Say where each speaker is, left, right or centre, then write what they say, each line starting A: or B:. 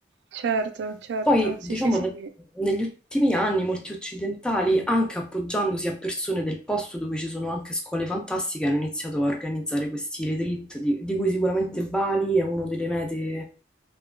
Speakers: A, on the right; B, in the centre.
A: certo, certo.
B: Poi,
A: Sì,
B: diciamo,
A: sì, sì.
B: da- negli ultimi anni molti occidentali, anche appoggiandosi a persone del posto dove ci sono anche scuole fantastiche, hanno iniziato a organizzare questi retreat, di, di cui sicuramente Bali è una delle mete